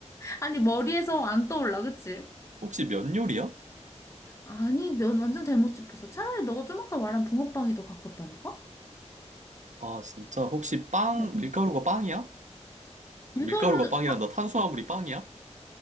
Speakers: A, on the left; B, on the right.
A: 아니, 머리에서 안 떠올라, 그치?
B: <laughs> 혹시 면 요리야?
A: 아니, 면 완전 잘못 짚었어. 차라리 너가 좀 아까 말한 붕어빵이 더 가깝다니까?
B: 아, 진짜. 혹시 빵,
A: 어.
B: 밀가루가 빵이야?
A: 밀가루,
B: 밀가루가 빵이란다. 탄수화물이 빵이야?